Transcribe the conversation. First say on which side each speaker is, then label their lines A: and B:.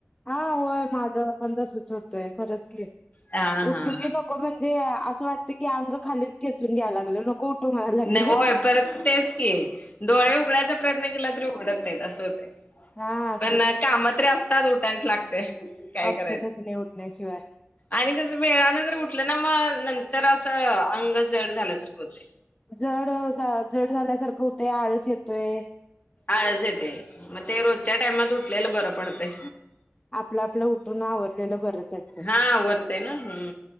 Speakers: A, on the left (about 25°); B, on the left (about 40°).
A: हा होय माझं आपण तसच होतय खरंच की
B: हा
A: उठूकी
B: हा
A: नको म्हणजे असं वाटतं की अंग खालीच खेचून घ्यायला लागलं नको उठू म्हणायला लागले.
B: नाही होय परत तेच की डोळे उघडायचा प्रयत्न केला तरी उघडत नाहीत असं होत
A: हा
B: पण
A: तेच
B: काम तरी असतात उठायच लागते काय
A: ऑप्शनच
B: करायच
A: नाही उठण्याशिवाय
B: आणि जस वेळानं जर उठलं ना मग नंतर असं अंग जड झाल्यासारखं होतंय.
A: जड जड झाल्यासारखं होतय आळस येतोय.
B: आळस येते मग ते रोजच्या टायमात उठलेलं बरं पडतंय.
A: आपलं आपलं उठून आवरलेलं बरंच आहे.
B: हा आवरतय ना हम